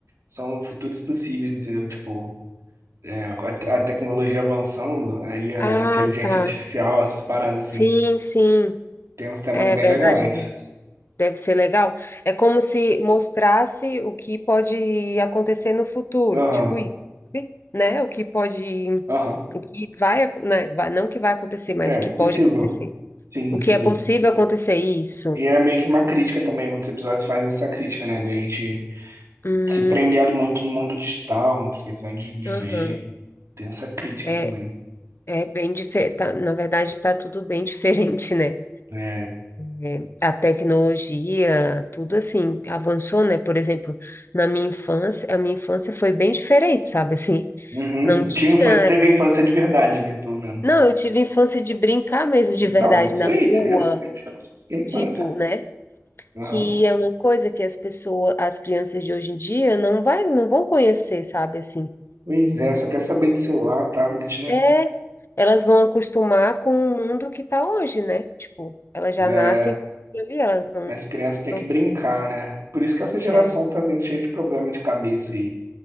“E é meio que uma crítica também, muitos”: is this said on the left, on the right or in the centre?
Right